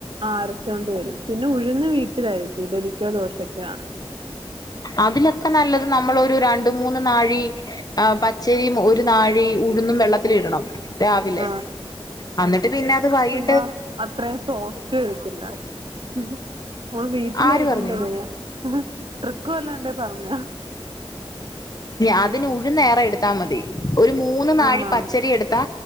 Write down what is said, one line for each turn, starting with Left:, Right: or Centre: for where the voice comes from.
Right: ആരച്ചോണ്ട് വരും പിന്നെ ഉഴ്ന്ന് വീട്ടിലരക്കും ഇഡലിക്കോ ദോശക്കോ ആണെങ്ങ
Left: അതിലൊക്കെ നല്ലത് നമ്മളൊരു രണ്ട്മൂന്ന് നാഴി പ ച്ചരിം ഒരു നാഴി ഉഴുന്നും വെള്ളത്തിലിടണം രാവിലെ
Right: ആ
Left: അന്നിട്ട് പിന്നത് വൈകി
Right: പ്പം അത്രയും സോഫ്റ്റ് കിട്ടില്ല നമ്മള് വീട്ടിലരിക്കുന്നതെങ്ങനെയാ
Left: ആര് പറഞ്ഞ്
Right: ട്രിക്ക് വല്ലോം ഉണ്ടേ പറഞ്ഞ്താ
Left: അതിന് ഉഴ്ന്നേറെ എട്ത്താ മതി ഒരു മൂന്ന് നാഴി
Right: ആണോ
Left: പച്ചരിയെട്ത്താ